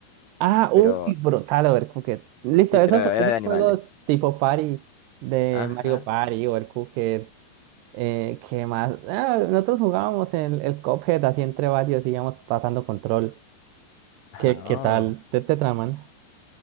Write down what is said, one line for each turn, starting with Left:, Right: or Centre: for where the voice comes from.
Right: Ah, uy,
Left: pero
Right: brutal, Overcooked. Listo,
Left: sí,
Right: esos,
Left: pero era
Right: esos
Left: de animales.
Right: juegos tipo party de
Left: Ajá.
Right: Mario Party, Overcooked. Eh, ¿qué más? Ah, nosotros jugábamos el, el Cuphead así entre varios, íbamos pasando control.
Left: Ah,
Right: ¿Qué, qué tal?
Left: oh.
Right: ¿Te, te traman?